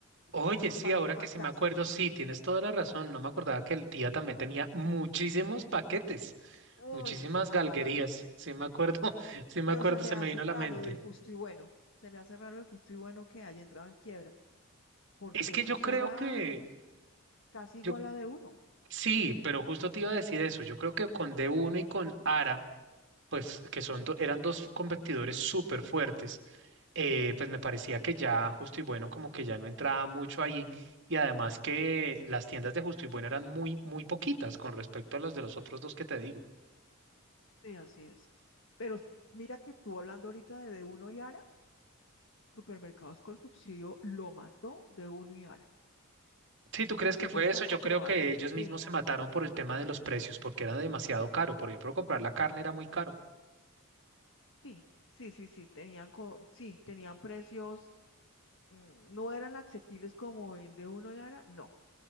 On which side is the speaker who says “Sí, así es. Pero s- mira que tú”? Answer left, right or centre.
Left